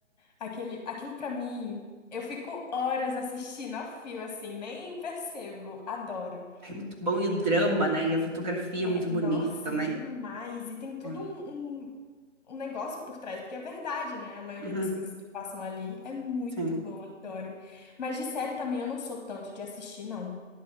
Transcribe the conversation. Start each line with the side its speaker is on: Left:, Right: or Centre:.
Left: aquele, aquilo pra mim, eu fico horas assistindo a fio, assim, nem percebo. Adoro.
Right: Ai, muito bom, e o drama, né? E a fotografia
Left: É,
Right: é muito bonita
Left: nossa,
Right: também.
Left: demais. E tem todo
Right: É,
Left: um, um, um negócio por trás, porque é verdade, né? A maioria
Right: uhum,
Left: das coisas que passam ali é muito
Right: sim,
Left: bom, adoro. Mas de série também eu não sou tanto de assistir, não.